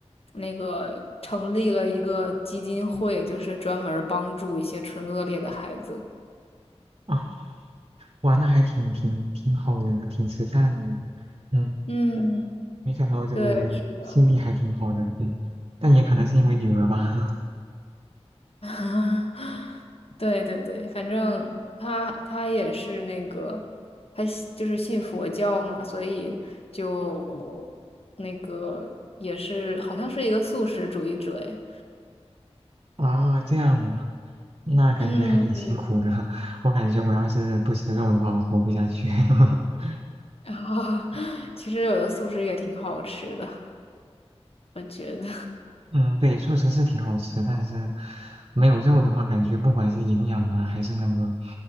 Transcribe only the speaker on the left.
那个成立了一个基金会，就是专门儿帮助一些唇腭裂的孩子。
嗯，
对，是的。
<laughs> 对对对，反正他他也是那个，他信就是信佛教嘛，所以就那个也是好像是一个素食主义者诶
嗯，对。
啊，<laughs> 其实有的素食也挺好吃的，我觉得。